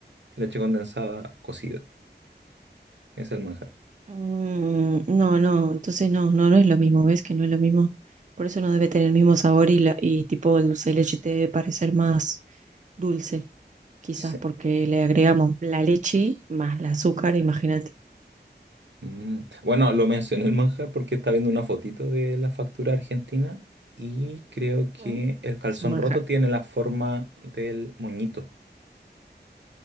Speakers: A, on the right (about 80°); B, on the right (about 45°).
A: leche condensada cocida. Es el manjar.
B: Mm, no, no, entonces no, no, no es lo mismo, ¿ves que no es lo mismo? Por eso no debe tener el mismo sabor y, la, y tipo el dulce de leche te debe parecer más dulce, quizás
A: Sí.
B: porque le agregamos la leche más el azúcar, imagínate.
A: Mm. Bueno, lo mencioné el manjar porque estaba viendo una fotito de la factura argentina y creo que
B: Mm.
A: el calzón
B: Es un manjar,
A: roto tiene la forma del moñito,